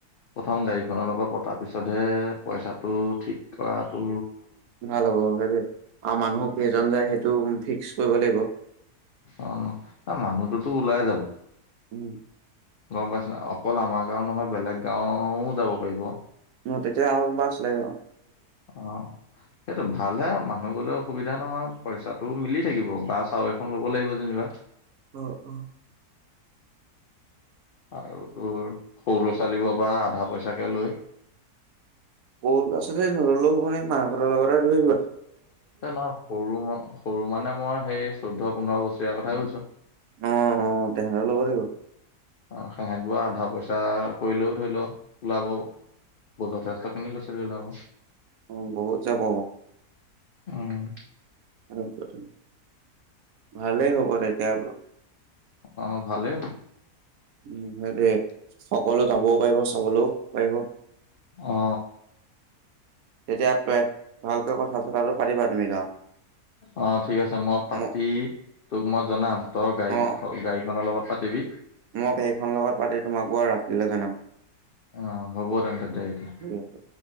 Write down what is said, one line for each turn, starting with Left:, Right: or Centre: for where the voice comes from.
Left: প্ৰথম গাড়ীখনৰ লগত পতাৰ পিছতহে, পইচাটো ঠিক কৰাতটো
Right: ভাল ব <unintelligible> অঁ মানুহক কেইজন যায় সেইটো ফিক্স কৰিব লাগিব।
Left: অঁ ন' মানুহটোোতো ওলাই যাব
Right: উম।
Left: গম পাইছ, অকল আমাৰ গাঁও নহয় বেলেগ গাঁওও যাব পাৰিব।
Right: মই তেতিয়া আহ বাচ লাগি
Left: অঁ, সেইটো ভালহে, মানুহ গলে অসুবিধা নহয়, পইচাটো মিলি থাকিব, বাছ আৰু এখন ল'ব লাগিব যেনিবা।
Right: অঁহ।
Left: আৰু তোৰ সৰু ল'ৰা ছোৱালী পৰা আধা পইচাকে লৈ
Right: হৰু লৰাছোৱালি নললোও হব নি, মাক হতৰ লগত ধৰি দিয়া
Left: এ নহয়, সৰু ম, সৰু মানে মই সেই চৈধ্ পোধ বছৰীয়া কথাই কৈছো।
Right: অঁ-অঁ, তেহেঁতৰ ল'ব লাগিব।
Left: অঁ, সিহঁত বোৱা আধা পইচা কৰিলেও ধৰি লও, ওলাব, যথেষ্ট খিনি ল'ৰা ছোৱালী ওলাব।
Right: অঁ বহুত চাব।
Left: ওম'
Right: অ ত <unintelligible> ভালেই হ'ব তেতিয়া বো
Left: অ ভালে
Right: উম, হেইটোৱে সকলো যাবয়ো পাৰিব চাবলৈয়ো পাৰিব।
Left: অ
Right: তেতিয়া <unintelligible> ভালকে কথা চথাটো পাতিবা <unintelligible>
Left: অ', ঠিক আছে মই পাতি
Right: ম
Left: তোক মই জনাম। তই গাড়ী,
Right: অ
Left: গাড়ীখনৰ লগত পাতিবি
Right: মই গাড়ীখনৰ পাতি তোমাক বাৰু ৰাতিলৈ জনাম।
Left: অ', হ'ব তেন্তে দে এতিয়া।
Right: ঠিক আছে।